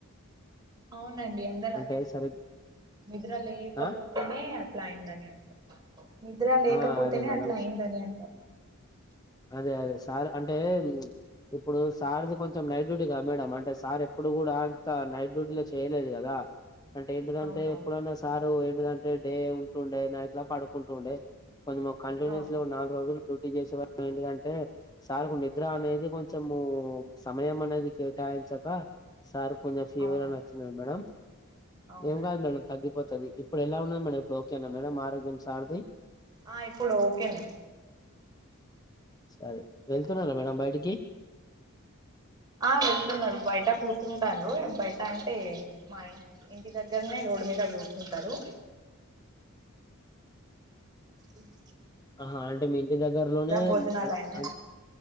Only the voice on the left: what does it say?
అంటే
సరి
ఆ
ఆ అదే మేడం
అదే అదే సార్ అంటే ఇప్పుడు సార్ది కొంచెం నైట్ డ్యూటీ కదా మేడం అంటే సార్ ఎప్పుడు కూడా అంత నైట్ డ్యూటీలో చేయలేదు కదా అంటే ఏంటిదంటే
ఎప్పుడనా సారు ఏంటిదంటే డే ఉంటుండే నైట్లా పడుకుంటుండే కొంచెం కంటిన్యూస్లో
నాలుగు రోజులు డ్యూటీ చేసేవా ఎందుకంటే సార్కు నిద్ర అనేది కొంచెం ఉమ్మ్ సమయం అనేది కేటాయించక సార్‌కి కొంచెం ఫీవర్
అనెది వచ్చింది మేడం
ఏం కాదు మేడం తగ్గిపోతది ఇప్పుడు ఎలా ఉన్నది మేడం ఇప్పుడు ఓకేనా మేడం ఆరోగ్యం సార్ది
సరే వెళ్తున్నారా మేడం బయటికి
ఆహా అంటే మీ ఇంటి దగ్గరలోనే
అం
అం